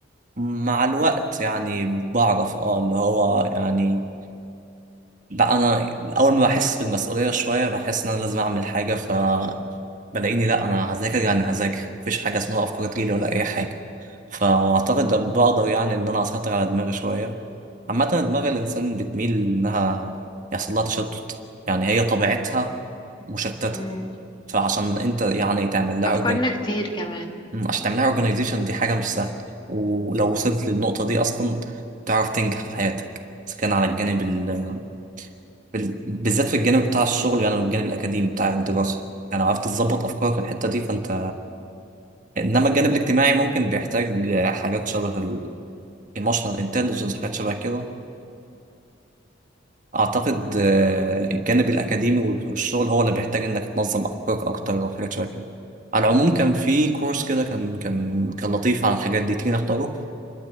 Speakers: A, on the right; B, on the left.
A: مع الوقت يعني بعرف اه اللي هو يعني بقى انا اول ما بحس بالمسؤولية شوية بحس ان انا لازم اعمل حاجة ف بلاقيني لا انا هذاكر يعني هذاكر مفيش حاجة اسمها افكار تجيلي ولا اي حاجة فاعتقد ده بقدر يعني ان انا اسيطر على دماغي شوية عامة دماغ الانسان بتميل انها يحصل لها تشتت يعني هي طبيعتها مشتتة
B: امم
A: فعشان انت يعني تعمل لها
B: افكارنا كتير كمان
A: مم، عشان تعملها اورجانيزيشن دي حاجة مش سهلة ولو وصلت للنقطة دي أصلا تعرف تنجح في حياتك إذا كان على الجانب ال... بال- بالذات في الجانب بتاع الشغل يعني والجانب الأكاديمي بتاع الدراسة يعني لو عرفت تظبط أفكارك في الحتة دي فأنت إنما الجانب الاجتماعي ممكن بيحتاج حاجات شبه ال emotional intelligence حاجات شبه كده فأعتقد آه، الجانب الأكاديمي والشغل هو اللي بيحتاج إنك تنظم أفكارك أكتر وحاجات شبه كده على العموم كان في كورس كده كان كان كان لطيف عن الحاجات دي تيجي نختاره